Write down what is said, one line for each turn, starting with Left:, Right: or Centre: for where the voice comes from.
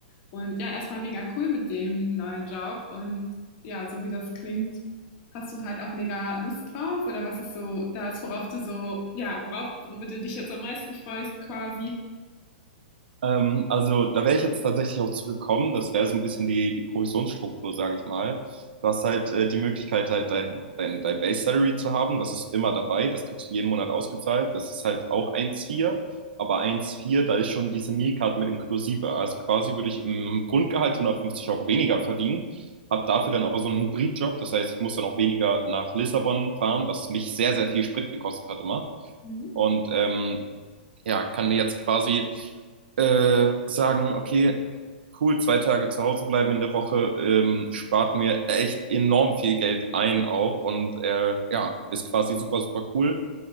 Left: Und ja, erstmal mega cool mit dem neuen Job und ja, so wie das klingt, hast du halt auch mega Lust drauf oder was ist so das, worauf du so, ja, worauf, worüber du dich jetzt am meisten freust quasi?
Right: Ähm, also da wäre ich jetzt tatsächlich auch zugekommen. Das wäre so ein bisschen die, die Provisionsstruktur, sage ich mal. Du hast halt äh, die Möglichkeit, halt dein, dein, dein Base Salary zu haben. Das ist immer dabei. Das kriegst du jeden Monat ausgezahlt. Das ist halt auch eins Komma vier, Aber eins Komma vier da ist schon diese Meal Card mit inklusive. Also quasi würde ich im Grundgehalt 150 Euro weniger verdienen. Hab dafür dann aber so einen Hybridjob. Das heißt, ich muss dann auch weniger nach Lissabon fahren, was mich sehr, sehr viel Sprit gekostet hat immer.
Left: Mhm.
Right: Und ähm, ja, kann jetzt quasi äh, sagen, okay, cool, zwei Tage zu Hause bleiben in der Woche, ähm, spart mir echt enorm viel Geld ein auch und äh, ja, ist quasi super, super cool.